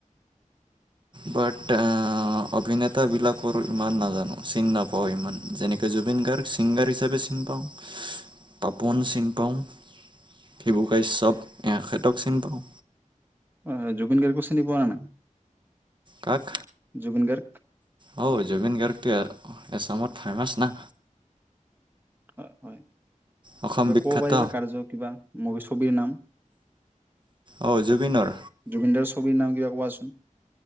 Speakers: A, on the right; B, on the right.
A: বাট অ অভিনেতাবিলাকৰ ইমান নাজানো চিনি নাপাওঁ ইমান যেনেকৈ জুবিন গাৰ্গ ছিংগাৰ হিচাপে চিনি পাওঁ পাপন চিনি পাওঁ ভিগু কাশ্যপ এখেতক চিনি পাওঁ
B: হয় হয় জুবিন গাৰ্গকো চিনি পোৱা নে নাই
A: কাক
B: জুবিন গাৰ্গ
A: হ জুবিন গাৰ্গটো এছামত ফে্মাছ না
B: হয় হয়
A: অসম
B: কিবা
A: বিখ্যাত
B: কব পাৰিবা কাৰ্য কিবা মভি ছবিৰ নাম
A: অ জুবিনৰ
B: জুবিনদাৰ ছবিৰ নাম কিবা কোৱা চোন উম